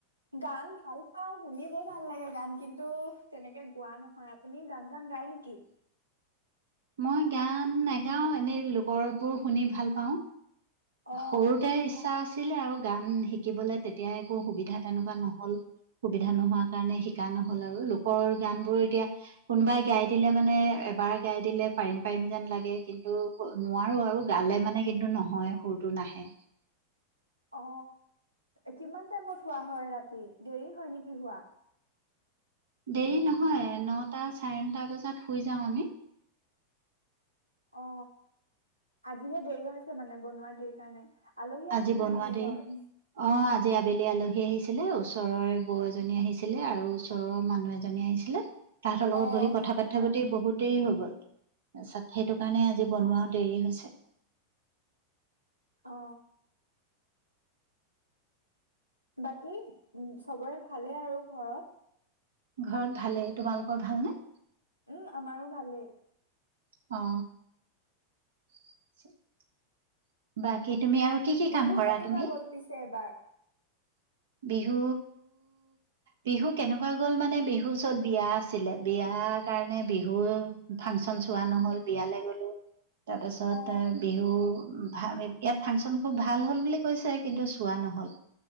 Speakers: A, on the right; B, on the right.
A: গান ভাল পাও শুনিবৰ ভাল লাগে গান কিন্তু তেনেকে গোৱা নহয় আপুনি গান চান গায় নেকি
B: মই গান নাগাওঁ এনেই লোকৰবোৰ শুনি ভাল পাওঁ
A: অ
B: সৰুতে ইচ্ছা আছে আছিলে আৰু গান শিকিবলে তেতিয়া একো সুবিধা তেনেকুৱা নহল সুবিধা নোহোৱা কাৰণে শিকা নহল আৰু লোকৰ গান বোৰ এতিয়া কোনোবাই গাই দিলে মানে এবাৰ গাই দিলে পাৰিম পাৰিম যেন লাগে কিন্তু নোৱাৰো আৰু গালে মানে কিন্তু নহয় সুৰটো নাহে
A: অ কিমান টাইমত হোৱা হয় ৰাতি দেৰি হয় নেকি হোৱা
B: দেৰি নহয় নটা চাৰে নটা বজাত শুই যাওঁ আমি
A: অ আজিহে দেৰি হৈছে মানে বনোৱাৰ দেৰি কাৰণে আলহী
B: আজি
A: আছিলে
B: বনোৱা
A: নেকি
B: দেই
A: ঘৰত?
B: অ আজি আবেলি আলহী আহিছে ছিলে ওচৰৰে বৌ এজনী আহিছিলে আৰু ওচৰৰ মানুহ এজনী আহিছিলে তাহাঁতৰ লগত
A: অ
B: বহি কথা পাতা পাতি বহি বহুতেই হৈ গ'ল <inaudible> সেইটো কাৰণে আজি বনোৱা দেৰি হৈছে।
A: অ। বাকী উ, চবৰে ভালেই আৰু ঘৰত?
B: ঘৰত ভালেই, তোমালোকৰ ভালনে?
A: উম, আমাৰো ভালেই।
B: অ। <inaudible> বাকী, তুমি আৰু কি কি
A: বিহু
B: কাম কৰা
A: কেনেকুৱা
B: তুমি
A: গল পিছে এবাৰ?
B: বিহু বিহু কেনেকুৱা গ'ল মানে বিহুৰ ওচত বিয়া আছিলে, বিয়াৰ কাৰণে বিহু ফাংচন চোৱা নহ'ল, বিয়ালৈ গ'লো। তাৰপিছত,
A: অ
B: তা বিহু <unintelligible> ইয়াত ফাংচন খুব ভাল হ'ল বুলি কৈছে, কিন্তু চোৱা নহল।